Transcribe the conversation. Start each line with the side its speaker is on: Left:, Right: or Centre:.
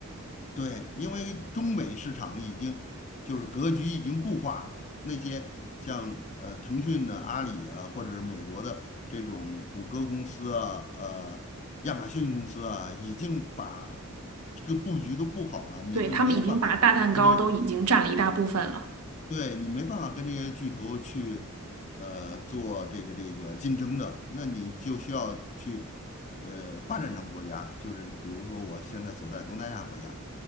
Left: 对，因为中美市场已经就是格局已经固化了，那些像呃腾讯的、阿里啊，或者是美国的这种谷歌公司啊、呃亚马逊公司啊，已经把这个布局都布好了，你是没有办法跟你
Right: 对，他们已经把大蛋糕都已经占了一大部分了。
Left: 对你没办法跟这些巨头去，呃，做这个这个竞争的，那你就需要去，呃，发展中国家，就是比如说我现在所在东南亚国家，